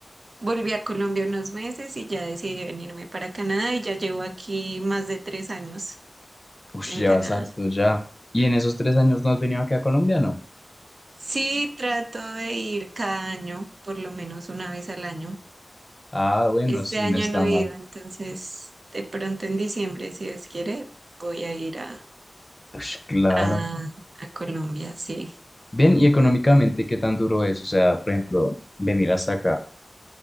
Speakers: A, on the right; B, on the left.
A: volví a Colombia unos meses y ya decidí venirme para Canadá y ya llevo aquí más de tres años
B: Uf,
A: en
B: llevas
A: Canadá.
B: harto ya. ¿Y en esos tres años no has venido acá a Colombia, no?
A: Sí, trato de ir cada año, por lo menos una vez al año.
B: Ah, bueno,
A: Este
B: sí,
A: año
B: no está
A: no he
B: mal.
A: ido, entonces de pronto en diciembre, si Dios quiere, voy a ir a,
B: Ush, claro.
A: a, a Colombia, sí.
B: Bien, ¿y económicamente qué tan duro es? O sea, por ejemplo, venir hasta acá.